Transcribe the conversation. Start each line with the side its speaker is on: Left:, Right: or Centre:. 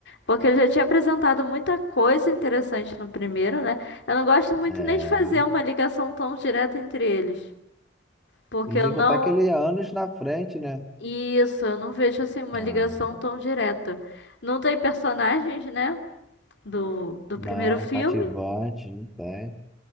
Left: Porque ele já tinha apresentado muita coisa interessante no primeiro, né? Eu não gosto muito
Centre: é.
Left: nem de fazer uma ligação tão direta entre eles. Porque
Centre: E
Left: eu
Centre: sem
Left: não.
Centre: contar que ele é anos na frente, né?
Left: Isso, eu não vejo assim uma
Centre: Ah,
Left: ligação tão direta. Não tem personagens, né? Do, do
Centre: não,
Left: primeiro filme,
Centre: cativante, não tem.